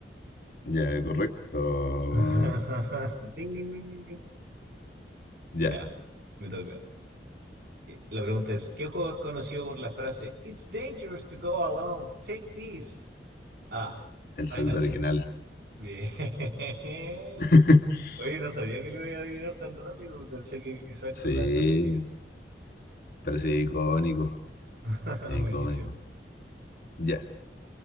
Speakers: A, on the left; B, on the right.
A: Ya, correcto.
B: <laughs> Ding, ding, ding, ding, ding.
A: Ya,
B: Ya, me toca. Eh, La pregunta es, ¿qué juego es conocido por la frase It's dangerous to go alone, take this? A.
A: el
B: Final...
A: saldo original.
B: F- Bien. <laughs>
A: <laughs>
B: Oye, no sabía que lo iba a adivinar tan rápido. Pensé que quizás
A: Sí,
B: con la alternativa.
A: pero sí, icónico.
B: <laughs>
A: Icónico.
B: Buenísimo.
A: Ya.